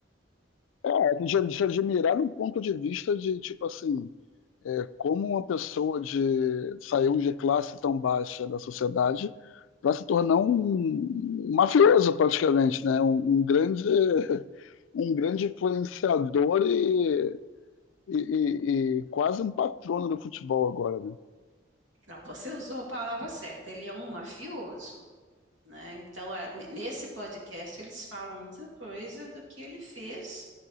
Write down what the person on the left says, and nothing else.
É, é de, de admirar do ponto de vista de, tipo assim, É, como uma pessoa de saiu de classe tão baixa da sociedade para se tornar um um mafioso praticamente, né? Um, um grande <laughs> um grande influenciador e, e, e- e quase um patrono do futebol agora, né?